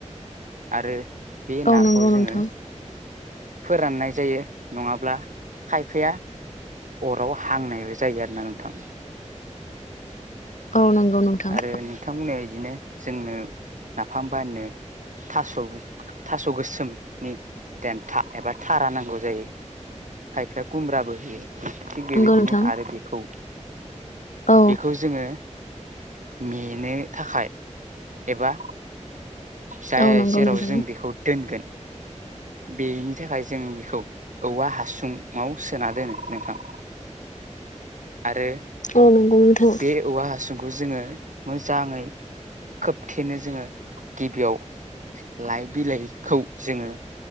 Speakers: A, on the right; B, on the left.
A: आरो बे
B: औ
A: नाखौ
B: नंगौ नोंथां
A: जोङो फोराननाय जायो नङाब्ला खायफाया अराव हांनायबो जायो आरो ना नोंथां
B: औ नंगौ नोंथां
A: आरो नोंथांमोना बिदिनो जोंनो नाफामबानोनो थास' थास' गोसोमनि देनथ एबा थारा नांगौ जायो खायफाया खुमब्राबो होयो थिग बेबायदिनो
B: औ नंगौ नोंथां
A: आरो बेखौ
B: औ
A: बेखौ जोङो मेनो थाखाय एबा जाय
B: औ नंगौ
A: जेराव
B: नोंथां
A: जों बेखौ दोनगोन बेनि थाखाय जों बेखौ औवा हासुुंआव सोना दोनो नोंथां
B: <inaudible>
A: आरो
B: औ नंगौ नोंथां औ
A: बे औवा हासुंखौ जोङो मोजाङै खोबथेनो जोङो गिबियाव लाइ बिलाइखौ जोङो